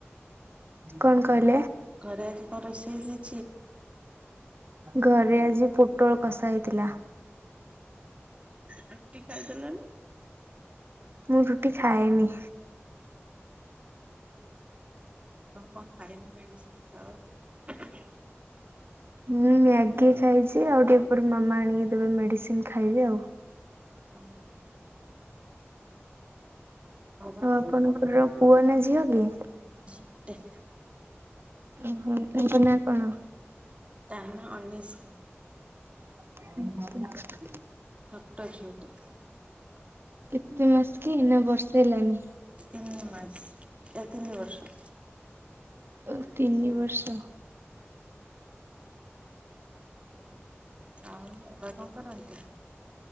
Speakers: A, on the right; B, on the right.
A: କଣ କହିଲେ?
B: ଘରେ ଆଜି କଣ ରୋଷେଇ ହେଇ
A: ଘରେ ଆଜି ପୋଟଳ କଷା ହେଇଥିଲା।
B: ରୁଟି ଖାଇଦେଲନି?
A: ମୁଁ ରୁଟି ଖାଏନି।
B: କଣ କଣ ଖାଇକିନି ମେଡିସିନ୍ ଖାଅ?
A: ମୁଁ ମ୍ୟାଗି ଖାଇଛି ଆଉ ଟିକେ ପରେ ମାମା ଆଣିକି ଦେବେ ମେଡିସିନ ଖାଇବି ଆଉ।
B: ହୁଁ। ବାବା
A: ଆଉ ଆପଣଙ୍କର ପୁଅ ନା ଝିଅ କି?
B: ଝିଅଟେ।
A: ଉହୁଁ ତା ନା କଣ?
B: ତା ନା ଅନ୍ୱେଷା।
A: ହୁଁ।
B: ଛୋଟ ଝିଅଟେ।
A: କେତେ ମାସ କି ନା ବର୍ଷେ ହେଲାନି?
B: ତିନି ମାସ୍ ଏ ତିନି ବର୍ଷ
A: ଏ ତିନି ବର୍ଷ ।
B: ଆଉ ବାବା କଣ କରନ୍ତି?